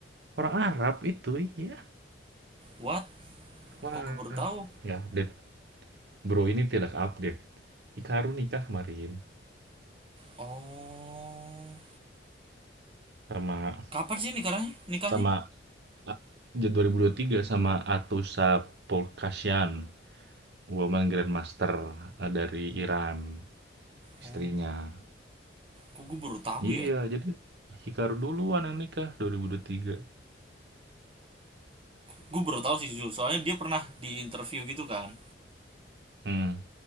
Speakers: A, on the right; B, on the right.
A: orang Arab itu, iya.
B: What?
A: Wah,
B: Kok gue baru tahu?
A: nggak update, Bro ini tidak update. Hikaru nikah kemarin
B: Oh.
A: sama
B: Kapan sih nikahnya? Nikahnya?
A: sama a ja tiga sama Atusa Polkasyan, Woman Grandmaster, eee, dari Iran, istrinya.
B: Oh. Kok gue baru tahu
A: Iya,
B: ya?
A: jadi Hikaru duluan yang nikah 2023.
B: Gue baru tahu sih jujur, soalnya dia pernah di interview gitu kan.
A: Mhm.